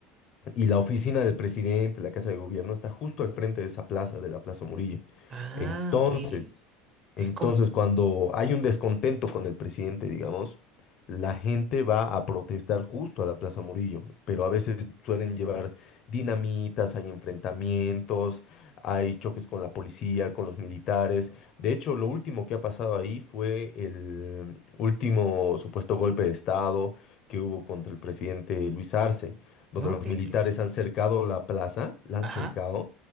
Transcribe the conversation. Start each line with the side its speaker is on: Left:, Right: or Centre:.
Left: Y la oficina del presidente, la casa de gobierno, está justo al frente de esa plaza, de la Plaza Murillo.
Right: Ah,
Left: Entonces,
Right: ok. Es
Left: entonces
Right: como...
Left: cuando hay un descontento con el presidente, digamos, la gente va a protestar justo a la Plaza Murillo, pero a veces suelen llevar dinamitas, hay enfrentamientos, hay choques con la policía, con los militares. De hecho, lo último que ha pasado ahí fue el último supuesto golpe de Estado que hubo contra el presidente Luis Arce donde
Right: No
Left: los
Right: te
Left: militares
Right: creo.
Left: han cercado la plaza, la han
Right: Ajá.
Left: cercado